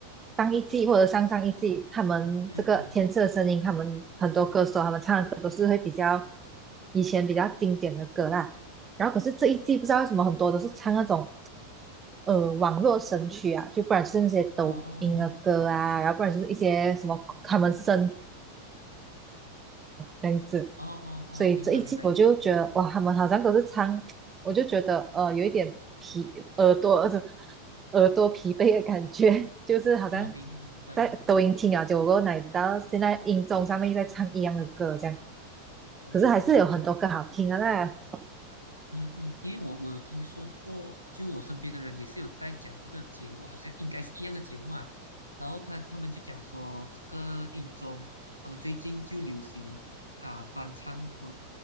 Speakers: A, on the right; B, on the left.
A: 上一季或者上上一季，他们这个天赐的声音，
B: 嗯嗯，
A: 他们很多歌手他们唱的歌都是会比较以前比较经典的歌啦。然后可是这一季不知道为什么很多都是唱那种呃网络神曲啊，就不然就是那些抖音的歌啊，
B: 哦
A: 然后不然就是一些什么他们生这样子。
B: 哦哦哦，
A: 所以这一季我就觉得哇，
B: 明白明白，就
A: 他们好像都是唱，我就觉得呃有一点疲耳朵耳朵 <laughs> 耳朵疲惫的感觉，就是好像
B: 哦明明白明白，
A: 在抖音听啊，结果哪知道现在音综上面又在唱一样的歌这样，
B: 哦明白明白，
A: 可是还是有很多歌好听啊那。
B: 嗯嗯，因为我我有听说过，就我身边的人也是有在讲这个节目，好像应该是一样的节目啊。然后他他们就讲说，这个音综他们最近就流行啊、翻唱或